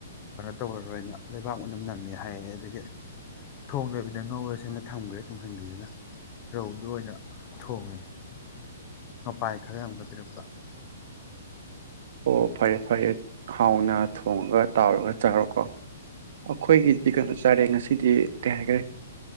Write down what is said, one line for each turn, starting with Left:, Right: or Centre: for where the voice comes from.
Left: ꯀꯩꯅꯣ ꯇꯧꯔꯔꯣꯏꯅ ꯂꯩꯕꯥꯛ ꯃꯅꯝ ꯅꯝꯃꯦ ꯍꯥꯏꯌꯦ ꯑꯗꯒꯤ ꯊꯣꯡꯗꯣꯏꯕꯤꯗ ꯉꯧꯔꯁꯦꯅ ꯊꯝꯈ꯭ꯔꯦ ꯇꯨꯡꯍꯟꯕꯤꯗꯨꯅ ꯔꯧꯗꯨ ꯑꯣꯏꯅ ꯊꯣꯡꯉꯦ ꯑꯣꯄꯥꯏ ꯈꯔ ꯌꯥꯝꯒ ꯄꯕꯤꯔꯛꯄ
Right: ꯑꯣ ꯐꯔꯌꯦꯠ ꯐꯔꯦꯠ ꯍꯥꯎꯅ ꯊꯣꯡꯉꯒ ꯇꯥꯎꯔꯒ ꯆꯥꯔꯣꯀꯣ ꯑꯩꯈꯣꯏꯒꯤꯗꯤ ꯀꯩꯅꯣ ꯆꯥꯔꯦꯡ ꯉꯁꯤꯗꯤ ꯀꯩ ꯍꯥꯏꯈꯔꯦ